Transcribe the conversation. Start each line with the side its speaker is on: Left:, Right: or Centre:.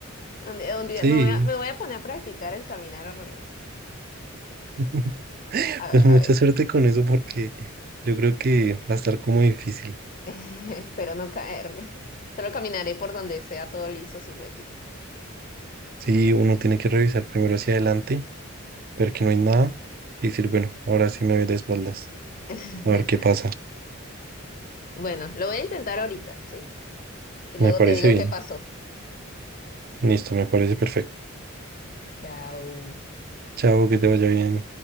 Left: Un día, un día
Right: Sí,
Left: me voy a, me voy a poner a practicar el caminar al revés.
Right: <laughs>
Left: a
Right: Pues
Left: ver
Right: mucha
Left: a ver.
Right: suerte con eso porque yo creo que va a estar como difícil.
Left: <laughs> Espero no caerme. Solo caminaré por donde sea todo liso, sin huequitos.
Right: Sí, uno tiene que revisar primero hacia adelante, ver que no hay nada y decir, bueno, ahora sí me voy de espaldas,
Left: <laughs>
Right: a ver qué pasa.
Left: Bueno, lo voy a intentar ahorita, ¿sí? Y
Right: Me
Left: luego
Right: parece
Left: te digo
Right: bien.
Left: qué pasó.
Right: Listo, me parece perfecto.
Left: Chao.
Right: Chao, que te vaya bien.